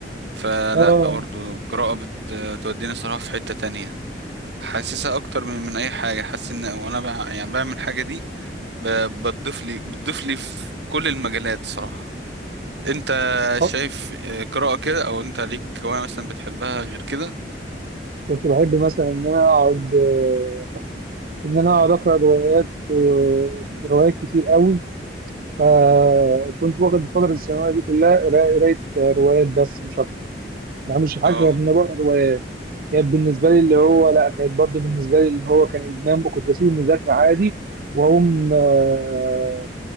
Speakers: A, on the right (about 75°); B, on the right (about 55°).
A: فلا
B: اه
A: برضه القراءة بت- بتوديني صراحة في حتة تانية حاسسها أكتر من من أي حاجة حاسس إن وأنا بع... يعني بعمل الحاجة دي ب... بتضيف لي بتضيف لي في كل المجالات صراحة أنت
B: آه.
A: شايف آه، قراءة كده أو أنت ليك هواية مثلا بتحبها غير كده
B: كنت بحب مثلا ان انا اقعد آه، ان انا اقعد اقرا روايات آه، روايات كتير قوي فكنت واخد الفتره الثانويه دي كلها قرا- قرايه آه، روايات بس مش اكتر ما بعملش حاجه
A: اه
B: غير ان أنا بقرا روايات كانت بالنسبه لي اللي هو لا كانت برضه بالنسبه لي اللي هو كان ادمان وكنت بسيب المذاكره عادي واقوم آه،